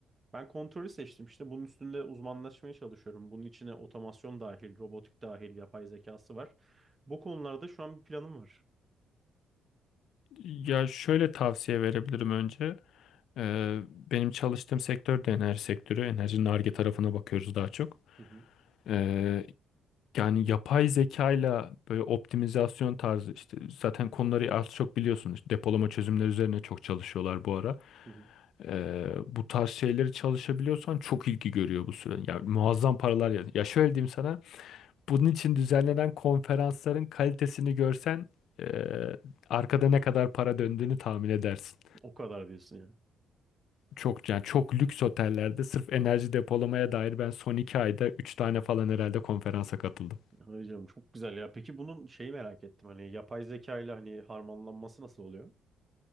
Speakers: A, on the right (about 25°); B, on the left (about 75°).
A: Ben kontrolü seçtim işte. Bunun üstünde uzmanlaşmaya çalışıyorum. Bunun içine otomasyon dahil, robotik dahil, yapay zekası var. Bu konularda şu an bir planım var.
B: Ya şöyle tavsiye verebilirim önce. Ee, benim çalıştığım sektör de enerji sektörü. Enerjinin Ar-Ge tarafına bakıyoruz daha çok.
A: Hı hı,
B: Ee, yani yapay zekayla böyle optimizasyon tarzı işte zaten konuları az çok biliyorsunuz. Depolama çözümleri üzerine çok çalışıyorlar bu ara.
A: hı hı.
B: Ee, bu tarz şeyleri çalışabiliyorsan çok ilgi görüyor bu süre. Ya muazzam paralar ya. Ya şöyle diyeyim sana. Bunun için düzenlenen konferansların kalitesini görsen ee, arkada ne kadar para döndüğünü tahmin edersin.
A: O kadar diyorsun yani.
B: Çok yani çok lüks otellerde sırf enerji depolamaya dair ben son iki ayda 3 tane falan herhalde konferansa katıldım.
A: Hayır canım çok güzel ya. Peki bunun şeyi merak ettim. Hani yapay zeka ile hani harmanlanması nasıl oluyor?